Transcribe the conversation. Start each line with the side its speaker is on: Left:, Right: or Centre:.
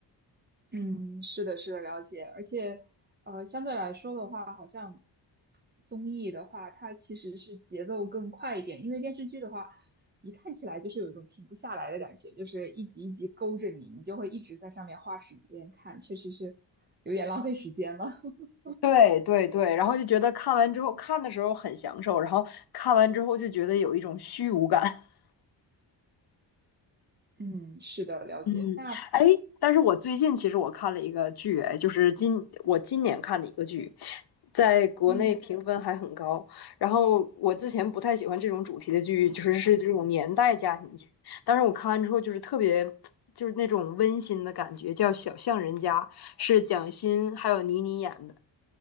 Right: 嗯，是的，是的，了解。而且，呃，相对来说的话，好像。综艺的话，它其实是节奏更快一点，因为电视剧的话，一看起来就是有一种停不下来的感觉，就是一集一集勾着你，你就会一直在上面花时间看，确实是有点浪费时间了。<laughs>
Left: 对对对，然后就觉得看完之后看的时候很享受，然后看完之后就觉得有一种虚无感。<laughs>
Right: 嗯，是的，了解。
Left: 嗯，
Right: 那
Left: 哎，但是我最近其实我看了一个剧，哎，就是今我今年看的一个剧，在国内评分还很高。
Right: 嗯，
Left: 然后我之前不太喜欢这种主题的剧，就是是这种年代家庭剧，但是我看完之后就是特别，就是那种温馨的感觉，叫《小巷人家》，是蒋欣还有倪妮演的，